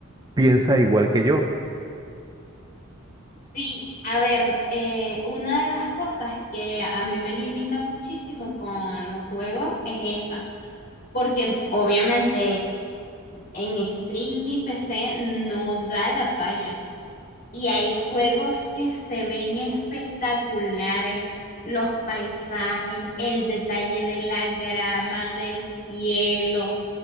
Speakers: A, on the right (about 20°); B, on the left (about 45°).
A: piensas igual que yo.
B: Sí, a ver, eh, una de las cosas que a mí me limita muchísimo con los juegos es esa, porque obviamente en stream mi PC no da la talla. Y hay juegos que se ven espectaculares, los paisajes, el detalle de la grama, del cielo.